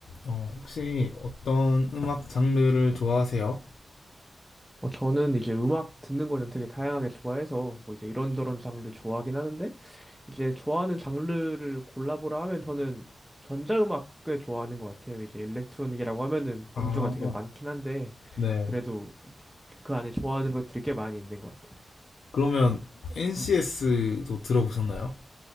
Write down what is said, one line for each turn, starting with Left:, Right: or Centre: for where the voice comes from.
Left: 어, 혹시 어떤 음악 장르를 좋아하세요?
Centre: 어, 저는 이제 음악 듣는 거는 되게 다양하게 좋아해서 뭐 이제 이런저런 장르 좋아하긴 하는데 이제 좋아하는 장르를 골라보라 하면 저는 전자음악 꽤 좋아하는 것 같아요. 이제 일렉트로닉이라고 하면은 범주가
Left: 아,
Centre: 되게 많긴 한데
Left: 네.
Centre: 그래도 그 안에 좋아하는 것들이 꽤 많이 있는 것 같아요.
Left: 그러면 NCS도 들어보셨나요?